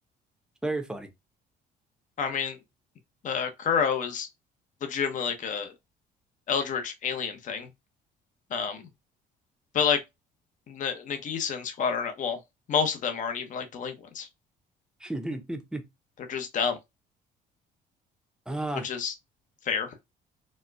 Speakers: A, in the centre; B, on the left.
A: very funny.
B: I mean, uh, Kuro is legitimately like a Eldritch alien thing. Um, but like N Nagisa and Squad are not. Well, most of them aren't even like delinquents.
A: <laughs>
B: They're just dumb,
A: Uh,
B: which is fair.